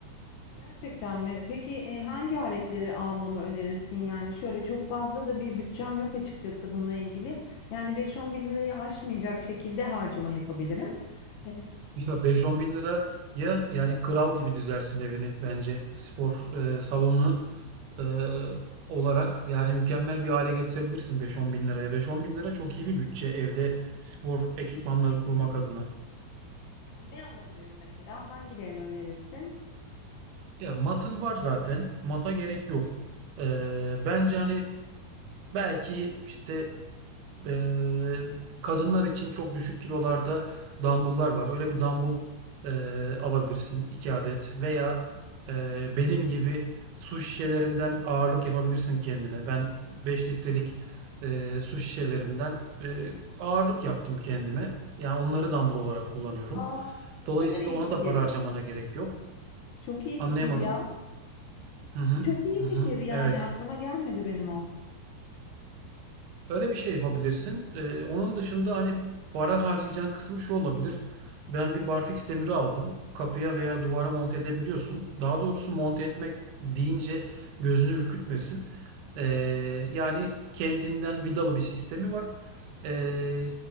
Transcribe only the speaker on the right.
Ya 5-10 bin liraya yani kral gibi düzersin evini bence. Spor eee, salonunu eee, olarak yani mükemmel bir hale getirebilirsin 5-10 bin liraya. 5-10 bin lira çok iyi bir bütçe evde spor ekipmanları kurmak adına.
Ya matın var zaten. Mata gerek yok. Eee, bence hani belki işte Eee, kadınlar için çok düşük kilolarda dumbbell'lar var. Öyle bir dumbbell eee, alabilirsin 2 adet veya eee, benim gibi su şişelerinden ağırlık yapabilirsin kendine. Ben 5 litrelik eee, su şişelerinden eee, ağırlık yaptım kendime. Yani onları dumbbell olarak kullanıyorum.
Dolayısıyla
ona
da para harcamana gerek yok.
Anlayamadım.
Hı hı.
Hı hı.
Evet.
Öyle bir şey yapabilirsin. Ee, onun dışında hani para harcayacağın kısım şu olabilir. Ben bir barfiks demiri aldım. Kapıya veya duvara monte edebiliyorsun. Daha doğrusu monte etmek deyince gözünü ürkütmesin. Ee, yani kendinden vidalı bir sistemi var. Ee,